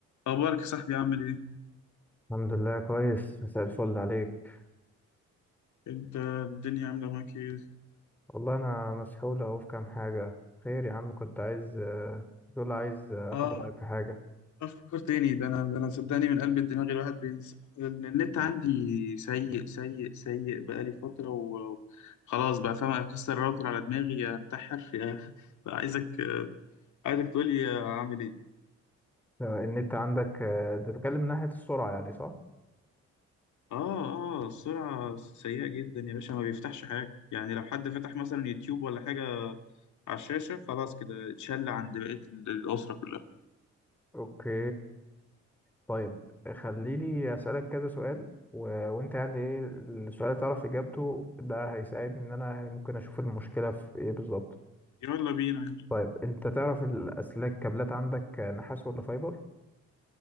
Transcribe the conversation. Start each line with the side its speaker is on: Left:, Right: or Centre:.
Left: اخبارك يا صاحبي عامل ايه
Centre: الحمد لله كويس مساء الفل عليك
Left: انت الدنيا عامله معاك ايه
Centre: والله انا مسحول اهو في كام حاجه خير يا عم كنت عايز آه، كنت تقول عايز آه،
Left: اه
Centre: اخد رايك في حاجه
Left: افكر تاني ده انا ده انا صدقني من قلب الدماغ الواحد بينسى ال- النت عندي سيء سيء سيء بقالي فتره و- وخلاص بقى فاهم اكسر الراوتر على دماغي انتحر <laughs> يا بقى عايزك عايزك تقولي اعمل ايه
Centre: آه، النت عندك آه، ده بتكلم من ناحيه السرعه يعني صح
Left: اه اه السرعه سيئه جدا يا باشا ما بيفتحش حاجه يعني لو حد فتح مثلا يوتيوب ولا حاجه على الشاشه خلاص كده اتشل عند بقيه ال- الاسره كلها
Centre: اوكي طيب خليني اسالك كذا سؤال و... وانت يعني ايه السؤال اللي تعرف اجابته ده هيساعدني ان انا يعني ممكن اشوف المشكله في ايه بالظبط
Left: يلا بينا يلا
Centre: طيب انت تعرف الاسلاك كابلات عندك آه، نحاس ولا فايبر